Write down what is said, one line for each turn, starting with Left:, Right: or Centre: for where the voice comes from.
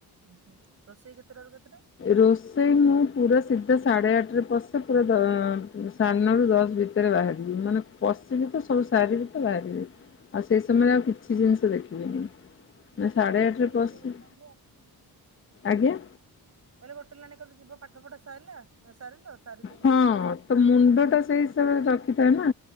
Right: ଉ ହୁଁ ରୋଷେଇ କେତେଟା ରୁ କେତେଟା?
Left: ରୋଷେଇ ମୁଁ ପୁରା ସିଧା ସାଢ଼େ ଆଠରେ ପଶେ ପୁରା ଧ ଅ ସାଢ଼େ ନରୁ ଦଶ ଭିତରେ ବାହାରିବି ମାନେ ପସିବି ତ ସବୁ ସାରିବି ତ ବାହାରିବି। ଆଉ ସେଇ ସମୟରେ ଆଉ କିଛି ଜିନିଷ ଦେଖିବିନି ମାନେ ସାଢ଼େ
Right: ଏକାଥରେ
Left: ଆଠରେ ପଶି
Right: ଯିବ ଗୋଟେ ଲାଇନ୍ ରେ ଆଉ
Left: ଆଜ୍ଞା।
Right: କହିଲେ ଗୋଟେଲ ମାନେକର ଯିବ ପାଠ ପଢା ସାରିଲା ସାରିଲ ସାରି ଦେଇକି
Left: ହଁ
Right: ରୋଷେଇବାସ ସାରି ଦେଇକି
Left: ତ ମୁଣ୍ଡ ଟା ସେଇ ହିସାବରେ ରଖିଥା ନା।